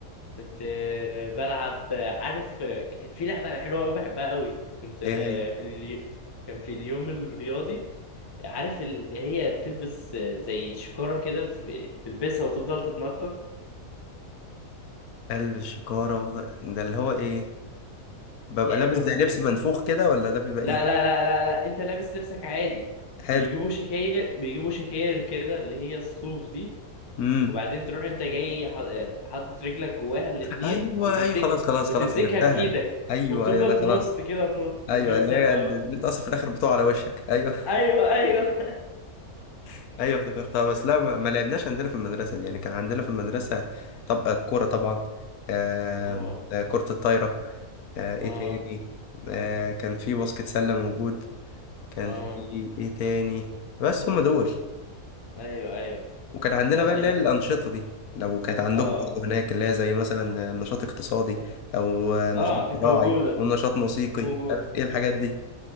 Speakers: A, on the left; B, on the left.
A: كنت آه، بلعب آه، عارف آه، كانت في لعبة حلوة أوي بحبها أوي كنت
B: إيه
A: آه،
B: هي؟
A: في اليو... كان في اليوم الرياضي عارف اللي هي تلبس آه، زي شكارة كده في- تلبسها وتفضل تتنطط
B: قلب الشكارة ده ده اللي هو إيه؟ ببقى
A: يعني
B: لابس
A: بص
B: زي
A: تك...
B: لبس منفوخ كده ولا ده بيبقى
A: لا
B: إيه؟
A: لا لا لا لا أنت لابس لبسك عادي
B: حلو
A: بيجيبوا شكاير بيجيبوا شكاير كده اللي هي الصوف دي
B: امم
A: وبعدين تروح أنت جاي ح- حاطط رجلك جواها الاتنين
B: أيوه
A: وتمسك
B: أيوه خلاص خلاص
A: وتمسكها
B: خلاص عرفتها
A: بإيدك
B: أيوه
A: وبتفضل
B: أيوه ده خلاص
A: تنط كده تنط واللي
B: ايوه
A: يوصل
B: اللي هي
A: الأول
B: اللي انت اصلا في الاخر بتقع على وشك ايوه
A: ايوه ايوه
B: <laughs> ايوه افتكرتها بس لا ما, ما لعبناش عندنا في المدرسه دي يعني كان عندنا في المدرسه طب الكوره طبعا آه
A: اه
B: آه، كره الطايره آه ايه
A: اه
B: تاني آه كان في باسكت سله موجود كان
A: اه
B: في ايه تاني بس هم دول
A: ايوه ايوه
B: وكان عندنا
A: لا
B: بقى اللي
A: انا
B: هي الانشطه دي لو كانت عندكم
A: اه
B: برضه هناك اللي هي زي مثلا نشاط اقتصادي او نشاط
A: اه كانت
B: زراعي
A: موجوده
B: او نشاط موسيقي
A: كانت موجوده
B: عارف ايه الحاجات دي